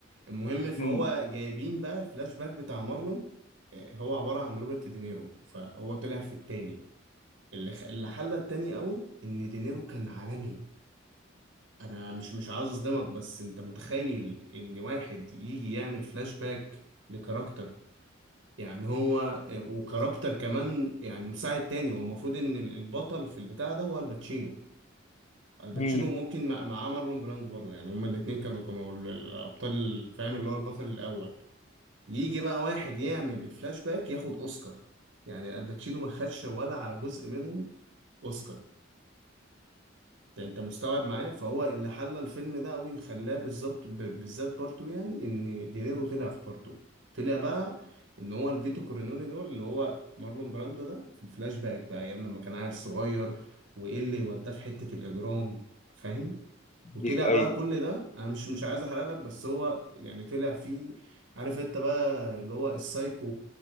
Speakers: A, on the right; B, on the left.
A: المهم فهو
B: امم
A: جايبين بقى الفلاش باك بتاع مارلون آه، هو عبارة عن روبرت دينيرو فهو طلع في التاني اللي خ- اللي حلى التاني قوي ان دينيرو كان عالمي انا مش مش عاوز اصدمك بس انت متخيل ان واحد يجي يعمل فلاش باك لكاركتر يعني هو آه، وكاركتر كمان يعني مساعد تاني هو المفروض ان ال- البطل في البتاع ده هو الباتشينو الباتشينو
B: امم
A: ممكن مع- معاه مارلون براندو برضه يعني هما الاتنين كانوا كانوا ال- الأبطال فاهم اللي هو البطل الأول يجي بقى واحد يعمل الفلاش باك ياخد أوسكار يعني الباتشينو ما خدش ولا على جزء منهم أوسكار ده أنت مستوعب معايا فهو اللي حلى الفيلم ده أوي وخلاه بالظبط ب- بالذات بارتو يعني إن دينيرو طلع في بارتو طلع بقى إن هو الفيتو كورينوني دول اللي هو مارلون براندو ده في الفلاش باك بقى أيام لما كان عيل صغير وإيه اللي وداه في حتة الإجرام فاهم وطلع
B: ايوه
A: بقى
B: ايوه
A: كل ده انا مش مش عايز احرق لك بس هو يعني طلع فيه عارف انت بقى اللي هو السايكو